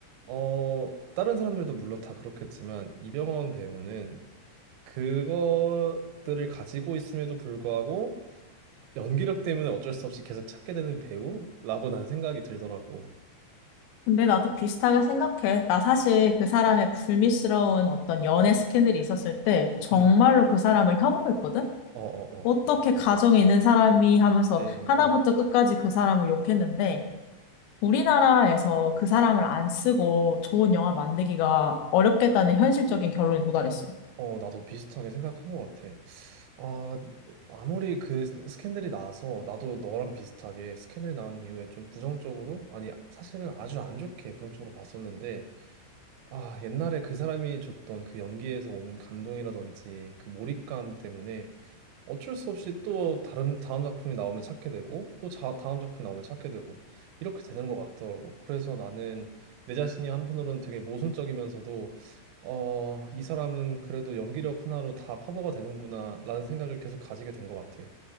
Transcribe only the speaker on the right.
어 다른 사람들도 물론 다 그렇겠지만 이병헌 배우는 그것들을 가지고 있음에도 불구하고 연기력 때문에 어쩔 수 없이 계속 찾게 되는 배우라고 난 생각이 들더라고.
음,
어, 어, 어.
이
어,
어, 나도 비슷하게 생각한 것 같아. 아, 아무리 그 스캔들이 나서 나도 너랑 비슷하게 스캔들 나온 이후에 좀 부정적으로, 아니, 사실은 아주 안 좋게 부정적으로 봤었는데, 아, 옛날에 그 사람이 줬던 그 연기에서 오는 감동이라든지 그 몰입감 때문에 어쩔 수 없이 또 다른 다음 작품이 나오면 찾게 되고 또 자, 다음 작품이 나오면 찾게 되고 이렇게 되는 것 같더라고. 그래서 나는 내 자신이 한편으로는 되게 모순적이면서도 어, 이 사람은 그래도 연기력 하나로 다 커버가 되는구나라는 생각을 계속 가지게 된 것 같아.